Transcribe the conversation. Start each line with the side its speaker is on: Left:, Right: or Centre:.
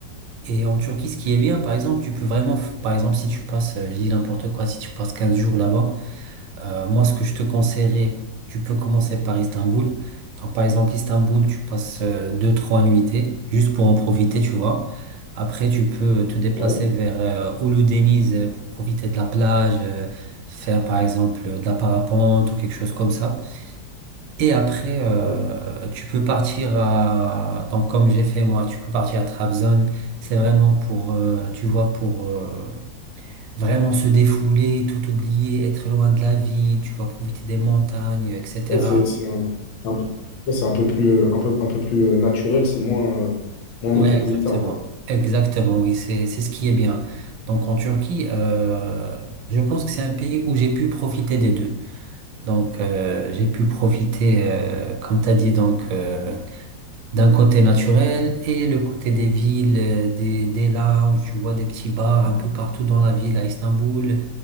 Right: Et en Turquie, ce qui est bien, par exemple, tu peux vraiment, f- par exemple, si tu passes, euh, je dis n'importe quoi, si tu passes 15 jours là-bas, euh, moi, ce que je te conseillerais, tu peux commencer par Istanbul. Donc, par exemple, Istanbul, tu passes euh, deux, trois nuitées juste pour en profiter, tu vois. Après, tu peux te déplacer
Left: ouais,
Right: vers euh, Uludeniz euh, pour profiter de la plage, euh, faire par exemple euh, de la parapente ou quelque chose comme ça. Et après, euh,
Left: ouais.
Right: tu peux partir à... Donc, comme j'ai fait moi, tu peux partir à Trabzon. C'est vraiment pour, euh, tu vois, pour... euh, Vraiment se défouler, tout oublier, être loin de la ville, tu vas profiter des montagnes, etc.
Left: Ouais, c'est c'est un, un peu ouais, c'est un peu plus, euh, un peu, un peu plus euh, naturel, c'est moins, euh, moins métropolitain,
Right: Ouais, exactement.
Left: quoi.
Right: Exactement, oui, c'est, c'est ce qui est bien. Donc en Turquie, euh, je pense que c'est un pays où j'ai pu profiter des deux. Donc euh, j'ai pu profiter, euh, comme tu as dit, donc euh, d'un côté naturel et le côté des villes, euh, des, des lounges, tu vois des petits bars un peu partout dans la ville à Istanbul.